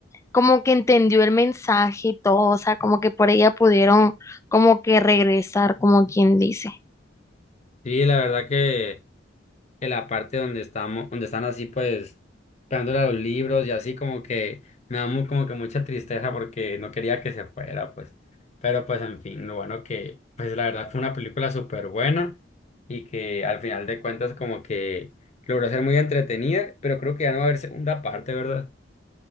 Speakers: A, on the left (about 15°); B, on the left (about 35°).
A: como que entendió el mensaje y todo, o sea, como que por ella pudieron como que regresar, como quien dice.
B: Sí, la verdad que... en la parte donde estamos, donde están así pues pegándole a los libros y así como que me da muy, como que mucha tristeza porque no quería que se fuera, pues. Pero pues en fin, lo bueno que pues la verdad fue una película súper buena y que al final de cuentas como que logró ser muy entretenida, pero creo que ya no va a haber segunda parte, ¿verdad?